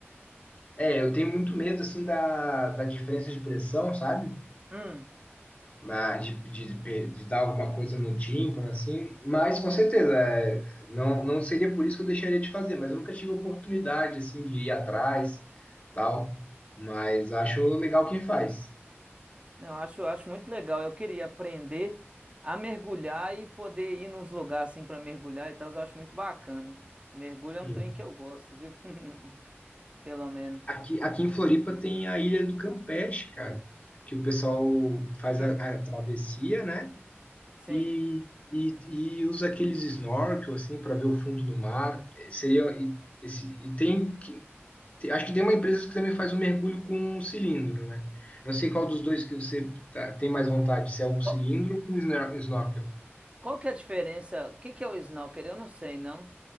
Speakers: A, on the left (about 30°); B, on the right (about 25°).
A: É, eu tenho muito medo, assim, da, da diferença de pressão, sabe?
B: Hum,
A: Ah, De, de, pe- de dar alguma coisa no tímpano, assim. Mas, com certeza, é, não, não seria por isso que eu deixaria de fazer. Mas eu nunca tive oportunidade, assim, de ir atrás, tal. Mas acho legal quem faz.
B: não, eu acho, eu acho muito legal. Eu queria aprender a mergulhar e poder ir nos lugares assim pra mergulhar e tal. Eu acho muito bacana. Mergulho é um
A: Hum.
B: trem que eu gosto, viu? <laughs> Pelo menos.
A: Aqui, aqui em Floripa tem a Ilha do Campeche, cara. Que o pessoal faz
B: Hum,
A: a, a travessia, né?
B: sim.
A: E, e, e usa aqueles snorkel assim para ver o fundo do mar. Eh, Seria e, esse, e tem, que- te- acho que tem uma empresa que também faz um mergulho com um cilindro, né? Não sei qual dos dois que você tá- tem mais vontade, se é o cilindro
B: Qual,
A: ou o snor- snorkel.
B: qual que é a diferença? O que que é o snorkel? Eu não sei, não.